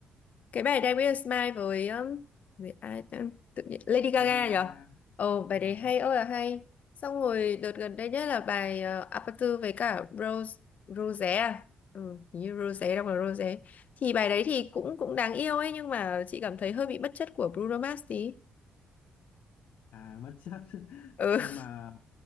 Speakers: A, on the left; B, on the left.
A: cái bài Dance with a Smile với um, với ai ta? tự nhiên Lady Gaga
B: Lady Gaga.
A: nhở ồ bài
B: Vâng.
A: đấy hay ơi là hay xong rồi đợt gần đây nhất là bài uh, Aperture với cả Rose Rosé à ừ, hình như Rosé đâu mà Rosé thì bài đấy thì cũng cũng đáng yêu ấy nhưng mà chị cảm thấy hơi bị bất chất của Bruno Mars tí
B: à mất chất <laughs>
A: ừ
B: nhưng mà